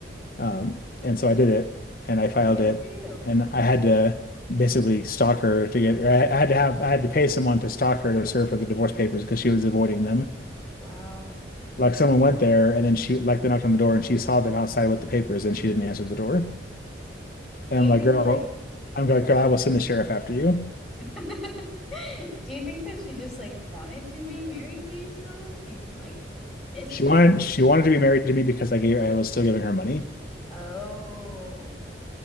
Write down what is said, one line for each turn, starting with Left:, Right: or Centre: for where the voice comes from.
Left: Um, and so I did it and I
Centre: Yeah,
Left: filed
Centre: good
Left: it.
Centre: for you.
Left: And I had to basically stalk her to get, or I I had to have, I had to pay someone to stalk her to serve her the divorce papers because she was avoiding them.
Centre: Wow.
Left: Like someone went there and then she, like they knocked on the door and she saw them outside with the papers and she didn't answer the door. And
Centre: Do you
Left: I'm like,
Centre: think
Left: girl,
Centre: like
Left: I'm like, girl, I will send the sheriff after you.
Centre: <laughs> Do you think that she just like wanted to be married to you still? She like missed
Left: She
Centre: you?
Left: wanted she wanted to be married to me because I gave I was still giving her money.
Centre: Oh,